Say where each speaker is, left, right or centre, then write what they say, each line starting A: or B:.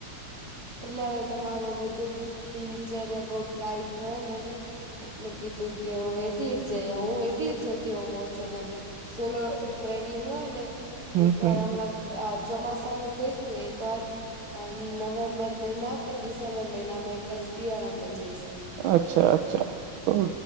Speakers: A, on the right; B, on the right.
A: એટલે હવે તમારું બધું દિનચર્યા બહું ટાઈટ હોય ને. એટલે કીધું કે હું એકલી જ જઈ આઉ હું એકલી જતી હો most of the solo travelling હોય ને.
B: હમ
A: એક
B: હમ
A: વાર હમણાં આ ચોમાસામાં જઈશ ને એકવાર અ નવેમ્બર. નવેમ્બર મહિના કે ડિસેમ્બર મહિનામાં એક વાર શિયાળામાં જઈશ.
B: અચ્છા અચ્છા તો